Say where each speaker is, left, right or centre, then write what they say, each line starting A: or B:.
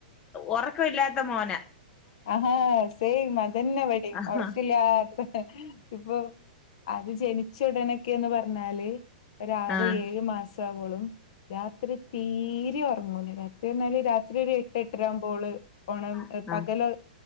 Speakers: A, on the left (about 15°); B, on the left (about 50°).
A: ഒറക്ക ഇല്ലാത്ത മോന.
B: ആഹാ സേം. അതന്നെ ഇവടിം.
A: ആഹ്
B: ഒറക്കില്ലാത്ത ഇപ്പം. അത് ജനിച്ച ഉടനെക്കെന്ന് പറഞ്ഞാല്. ഒരാറ്
A: ആഹ്
B: ഏഴ് മാസാവോളും. രാത്രി തീരെ ഒറങ്ങൂല. രാത്രി പറഞ്ഞാല് രാത്രി ഒരു എട്ട് എട്ടരകുമ്പോള് ഓണം.
A: ആഹ്
B: പകല്